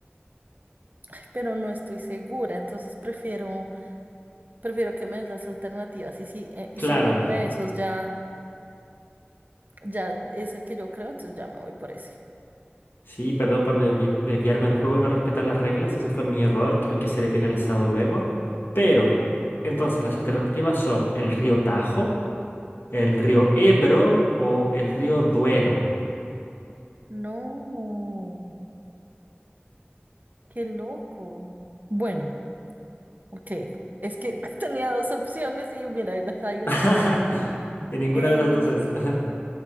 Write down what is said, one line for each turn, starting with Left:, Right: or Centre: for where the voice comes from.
Right: ay, pero no estoy segura, entonces prefiero, prefiero que me des las alternativas y si, eh, y
Left: claro,
Right: si uno de esos ya, ya es el que yo creo, entonces ya me voy por ese.
Left: Sí, perdón por desvi- desviarme del juego y no respetar las reglas, eso fue mi error, creo que seré penalizado luego. Pero, entonces, las alternativas son el río Tajo, el río Ebro o el río Duero.
Right: No. Qué loco. Bueno, ok. Es que <laughs> tenía dos opciones y mira, ahí las fallas.
Left: <laughs> Y ninguna
Right: Eh,
Left: de las dos es. <laughs>